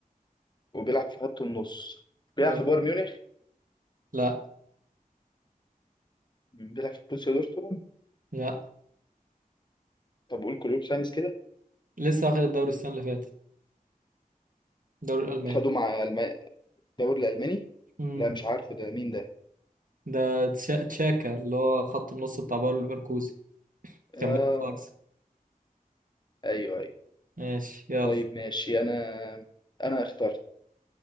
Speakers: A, on the left; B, on the right.
A: وبيلعب في خط النص بيلعب
B: أيوة.
A: في بايرن ميونخ
B: لا
A: بيلعب في بروسيا دورتموند
B: لا
A: طب قول كلوب سامس كده
B: لسه واخد الدوري السنة اللي فاتت الدوري الألماني
A: خدوا مع الم... الدوري الألماني
B: مم.
A: لا مش عارفه ده مين ده
B: ده تشا- تشاكا اللي هو خط النص بتاع باير ليفركوزن
A: آه
B: كان بيلعب في أرسنال
A: أيوه أيوه
B: ماشي يلا
A: طيب ماشي أنا أنا اخترت